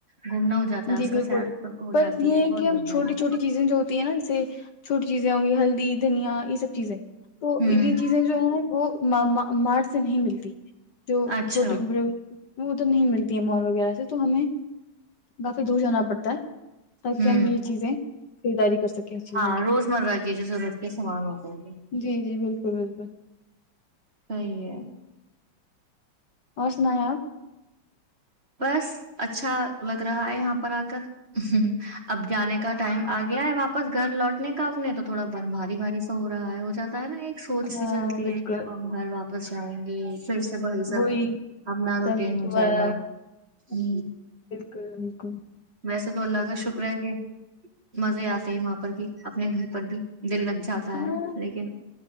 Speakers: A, on the right; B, on the left.
A: گھومنا ہو جاتا ہے
B: جی
A: اس کا
B: بالکل
A: سیر سب ہو
B: پر
A: جاتی
B: یہ ہے
A: وہ
B: کہ
A: نہیں
B: ہم
A: ہو پائے
B: چھوٹی
A: گا
B: چھوٹی چیزیں جو ہوتی ہیں نا جیسے چھوٹی چیزیں ہوی ہیل دھنیا یہ سب چیزیں تو
A: ہوں
B: یہ چیزیں جو ہیں وہ ماما مار سے نہیں ملتی جو
A: اچھا
B: چھوٹے بڑے ادھر نہیں ملتی ہے مال وغیرہ سے تو ہمیں کافی دور جانا پڑتا ہے تاکہ
A: ہ
B: ہم یہ چیزیں خریداری کر سکیں اس چیزوں
A: ہاں روز مرہ کی جو ضرورت کے سامان ہوتےائ گے
B: کی جی جی بالکل بالکل
A: صی ہے
B: اور سنایں آپ
A: بس اچھا لگ رہا ہے یہاں پر آ کر ہ اب جانے کا ٹائم آ گیا ہے واپس گھر لوٹنے کا اپنے تو تھوڑا بن بھاری بھاری سا ہو رہا ہے ہو جاتا نا ایک سوچ
B: ہاں
A: س چلتی
B: بالکل
A: ہے کہ اب ہم گھر واپ پچائیں گے پھر سے بائی سب
B: وہی
A: اپنا روٹین
B: سب
A: ہو
B: دوبارہ
A: جائے گا ہوں
B: بیکم
A: ویسے تو اللہ کا شکر ہے کہ مزے آتے ہیں وہاں پر بھی اپنے گھر پر بھی دل لگ جاتا
B: ہاں
A: ہے لیکن